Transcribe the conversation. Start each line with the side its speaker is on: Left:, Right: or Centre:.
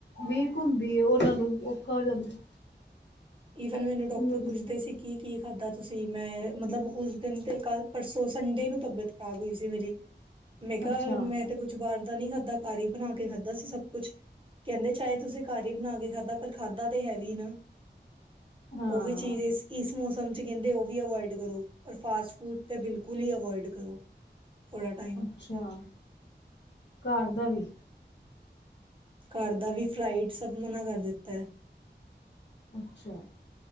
Left: ਵੀਕ ਹੁੰਦੀ ਹੈ ਉਹਨਾਂ ਨੂੰ ਔਖਾ ਹੋ ਜਾਂਦਾ।
Right: ਈਵਨ ਮੈਨੂੰ ਡਾਕਟਰ
Left: ਹੂੰ
Right: ਪੁੱਛਦੇ ਸੀ ਕੀ-ਕੀ ਖਾਧਾ ਤੁਸੀਂ ਮੈਂ ਮਤਲਬ ਉਸ ਦਿਨ ਤੇ ਕੱਲ। ਪਰਸੋਂ ਸੰਡੇ ਨੂੰ ਤਬੀਅਤ ਖਰਾਬ ਹੋਈ ਸੀ ਮੇਰੀ ਮੈਂ ਕਿਹਾ
Left: ਅੱਛਾ
Right: ਮੈਂ। ਤੇ ਕੁੱਛ ਬਾਹਰ ਦਾ ਨੀ ਖਾਧਾ ਘਰ ਹੀ ਬਣਾ ਕੇ ਖਾਧਾ ਸੀ ਸਭ ਕੁੱਛ ਕਹਿੰਦੇ ਚਾਹੇ ਤੁਸੀਂ ਘਰ ਹੀ ਬਣਾ ਕੇ ਖਾਧਾ। ਪਰ ਖਾਦਾ ਤੇ ਹੈਵੀ ਨਾ।
Left: ਹਾਂ
Right: ਉਹ ਵੀ ਚੀਜ਼ ਇਸ-ਇਸ ਮੌਸਮ ਚ ਕਹਿੰਦੇ ਉਹ ਵੀ ਅਵੋਇਡ ਕਰੋ। ਪਰ ਫਾਸਟ ਫੂਡ ਤੇ ਬਿਲਕੁਲ ਹੀ ਅਵੋਇਡ ਕਰੋ ਥੋੜਾ ਟਾਈਮ।
Left: ਅੱਛਾ ਘਰ ਦਾ ਵੀ।
Right: ਘਰ ਦਾ ਵੀ ਫਰਾਈਡ ਸਭ ਮਨਾ ਕਰ ਦਿੱਤਾ ਹੈ।
Left: ਅੱਛਾ।